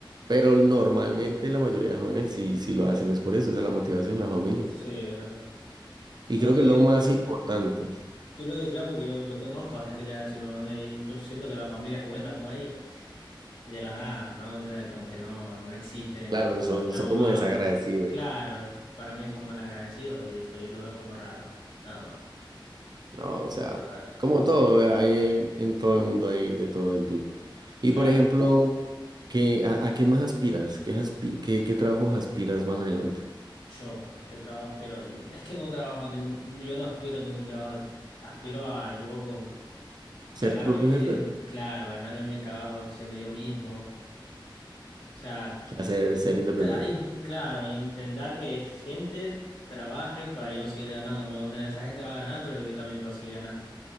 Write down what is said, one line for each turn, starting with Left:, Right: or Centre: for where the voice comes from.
Right: Pero normalmente la mayoría de jóvenes sí, sí lo hacen, es por eso, esa es la motivación, la familia.
Left: Sí, es verdad.
Right: Y
Left: No,
Right: creo
Left: pero
Right: que
Left: yo,
Right: lo más importante,
Left: yo lo decía porque yo, yo conozco a gente que es así, me van a decir, y yo siento que la familia es buena con ellos. Y de la nada, me van a entender como que no, no existen.
Right: claro, son,
Left: La
Right: son
Left: mamá,
Right: como desagradecidos,
Left: claro, para mí son malagradecidos y eso yo lo veo como raro, nada más.
Right: ¿no? O sea,
Left: Pero eh,
Right: como todo, eh, hay en, en todo el mundo hay de todo el tipo.
Left: claro,
Right: Y por ejemplo, ¿qué, a, a qué más aspiras? ¿Qué, aspi- qué, qué trabajos aspiras más adelante?
Left: yo que trabajo, pero n- es que no trabajo, en ningún, yo no aspiro a ningún trabajo, aspiro a yo
Right: ¿Ser
Left: ganarme
Right: tu propio
Left: mi,
Right: jefe? O
Left: claro, ganarme mi trabajo siendo yo mismo. O sea,
Right: sea, ser, ser independiente.
Left: Tra- y, claro, intentar que gente trabaje para yo seguir ganando, me hago entender. Esa gente va a ganar, pero yo también voy a seguir ganando.